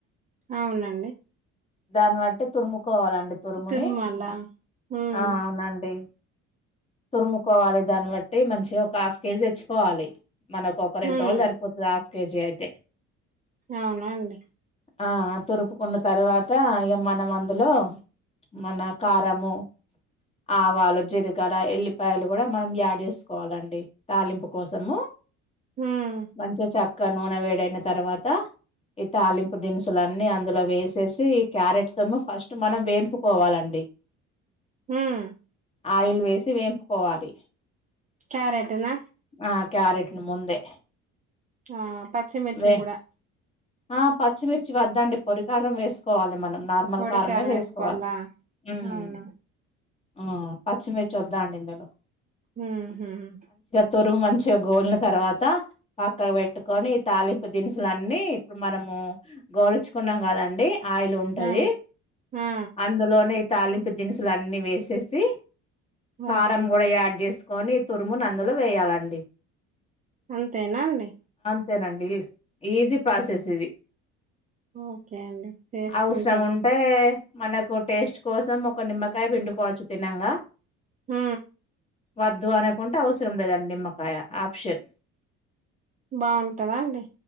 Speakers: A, on the right; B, on the left.
A: అవునండి
B: దాన్ని బట్టి తురుముకోవాలండి తురుముని
A: తురుమల ఉమ్
B: ఆ అవునండి తురుముకోవాలి దాన్ని బట్టి మంచిగా ఒక హాఫ్ కేజీ తెచ్చుకోవాలి మనకు ఒక
A: హ్మ్
B: రెండు రోజులు సరిపోతాది హాఫ్ కేజీ అయితే
A: అవున అండి
B: ఆ తురుపుకున్న తర్వాత మనం అందులో మన కారము ఆవాలు జీలకర్ర ఎల్లిపాయలు కూడా మనం యాడ్ చేసుకోవాలండి తాలింపు కోసము
A: హ్మ్.
B: మంచిగా చాక్ ఇక నూనె వేడైన తర్వాత ఈ తాలింపు దినుసులన్నీ అందులో వేసేసి క్యారెట్ తోరుము ఫస్ట్ మనం వేంపుకోవాలండి
A: హ్మ్.
B: ఆయిల్ వేసి వేంపుకోవాలి
A: క్యారేట్ నా
B: ఆ క్యారెట్ను ముందే
A: ఆ పచ్చిమిర్చి
B: వే
A: కూడా
B: ఆ పచ్చిమిర్చి వద్దండి పొడికారం వేసుకోవాలి మనం నార్మల్
A: పొడి
B: కారమే
A: కారం
B: వేసుకోవాలి
A: వేసుకోవాలా?
B: మ్మ్
A: అవునా?
B: ఆ పచ్చిమిర్చి వద్దా అండి ఇందులో
A: మ్మ్ హ్మ్
B: తురుగు మంచిగా గోరిన తర్వాత పక్కకు పెట్టుకొని తాలింపు దినుసులన్నీ ఇప్పుడు మనము గోలుచుకున్నాం కదండి ఆయిల్ ఉంటాది
A: ఆ! ఆ!
B: అందులోనే ఇ తాలింపు దినుసులు అన్ని వేసేసి కారం
A: ఓకే.
B: కూడా యాడ్ చేసుకొని ఈ తురుము ని అందులో వేయాలండి
A: అంతేనా అండి
B: అంతేనండి ఈజీ ప్రాసెస్ ఇది
A: ఓకే అండి. చేసుకుంటాం.
B: అవసరం ఉంటే మనకు టేస్ట్ కోసం ఒక నిమ్మకాయ పిండుకోవచ్చు తినంగా
A: ఆ
B: వద్దు అనుకుంటే అవసరం లేదండి నిమ్మకాయ ఆప్షన్
A: బాగుంటదా అండి